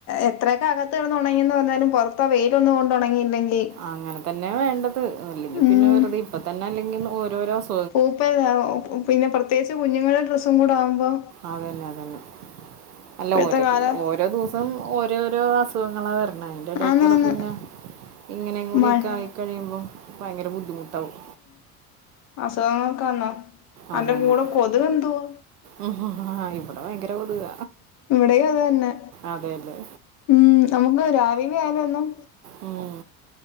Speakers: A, on the left; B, on the right.
A: എത്രയൊക്കെ അകത്ത് കെട്ന്ന് ഉണങ്ങിന്ന് പറഞ്ഞാലും പുറത്ത വെയില് ഒന്ന് കൊണ്ട് ഒണങ്ങി ഇല്ലെങ്കിൽ
B: അങ്ങനെ തന്നെ വേണ്ടത് ഇല്ലെങ്കിൽ
A: ഉം
B: പിന്നെ വെറുതെ ഇപ്പ തന്നെ അല്ലെങ്കി ഓരോര അസു
A: പൂപ്പല്ല ഒ പിന്നെ പ്രത്യേകിച്ച് കുഞ്ഞുങ്ങളെ ഡ്രസ്സും കൂടെ ആകുമ്പോ
B: അതന്നെ അതന്നെ അല്ല
A: ഇപ്പോഴത്തെ
B: ഓരോ
A: കാല
B: ഓരോ ദിവസം ഓരോരോ അസുഖങ്ങള വര ണയിന്റെ ഇടക്കൂടെ
A: ആന്നാന്ന്
B: പിന്നെ ഇങ്ങനേം കൂടി
A: മഴ
B: ഒക്കെ ആയി കഴിയുമ്പോ ഭയങ്കര ബുദ്ധി മുട്ടാവും
A: അസുഖങ്ങളൊക്കെ വന്നോ അന്റെ
B: അതന്നെ
A: കൂടെ കൊതുക് എന്തുവാ
B: ആ ഇവിടെ ഭയങ്കര കൊതുക
A: ഇവിടെയും അത് തന്നെ
B: അതെ അല്ലേ
A: ഉം നമുക്ക് രാവിലെ ആയ്ലും എന്നും
B: ഉം